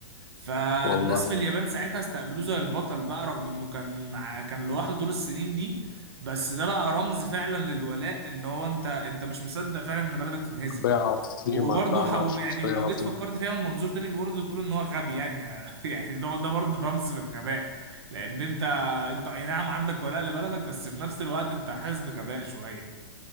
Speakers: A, on the right; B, on the left.
A: فالناس
B: والله
A: في اليابان ساعتها استقبلوه زي البطل بقى رغم انه كان ع- كان لوحده طول السنين دي بس ده بقى رمز فعلا للولاء ان هو انت انت مش مصدق فعلا ان بلدك تنهزم
B: شخصية عظيمة
A: وبرضه
B: لا
A: حو
B: لا شخصية
A: يعني ولو
B: عظيمة
A: جيت فكرت فيها من منظور تاني برضه تقول ان هو غبي يعني <laughs> يعني ده ده برضه رمز بالغباء لان انت انت اي نعم عندك ولاء لبلدك بس في نفس الوقت انت حاسس بغباء شويه